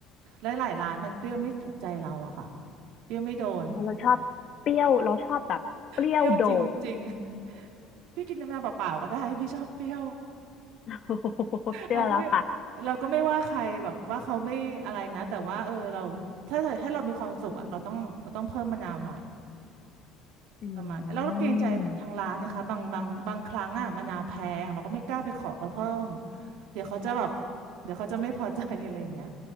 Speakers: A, on the right (about 70°); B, on the left (about 50°).
A: แล้วหลายร้านมันเปรี้ยวไม่ถูกใจเราอะค่ะเปรี้ยวไม่โดน
B: เราชอบเปรี้ยวเราชอบแบบเปรี้ยวโดด
A: เปรี้ยวจริงๆพี่กินน้ำมะนาวเปล่าๆก็ได้พี่ชอบเปรี้ยว
B: <laughs> โอ้โเชื่อแล้วค่ะ
A: เราก็ไม่เราก็ไม่ว่าใครแบบว่าเขาไม่อะไรนะแต่ว่าเออเราถ้าเกิดให้เรามีความสุขอะเราต้องเราต้องเพิ่มมะนาวหน่อย
B: อื
A: ประมาณแล้วเราเกรงใจทางร้านนะคะบางบางบางครั้งอ่ะมะนาวแพงเราก็ไม่กล้าไปขอเขาเพิ่ม
B: ม
A: เดี๋ยวเขาจะแบบเดี๋ยวเขาจะไม่พอใจ <laughs> อะไรอย่างเงี้ย